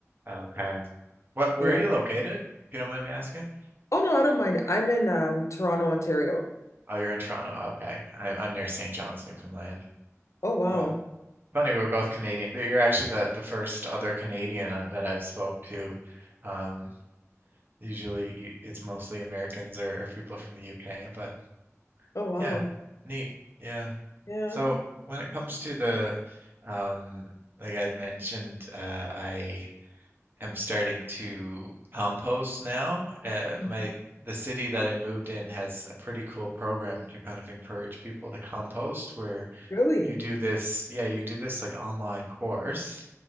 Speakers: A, on the right (about 40°); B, on the left (about 70°).
A: Okay. What, where
B: Yeah.
A: are you located, if you don't mind me asking?
B: Oh no, I don't mind. I'm in um Toronto, Ontario.
A: Oh, you're in Toronto. Okay. I, I'm near St. John's, Newfoundland.
B: Oh wow.
A: So funny, we're both Canadian. that You're actually the, the first other Canadian uh, that I've spoke to. Um, usually y- it's mostly Americans or, or people from the UK, but
B: Oh wow.
A: yeah, neat. Yeah.
B: Yeah.
A: So when it comes to the, um, like I had mentioned, uh, I am starting to compost now. Uh,
B: Mhm.
A: my the city that I moved in has a pretty cool program to kind of encourage people to compost, where
B: Really?
A: you do this, yeah, you do this like online course,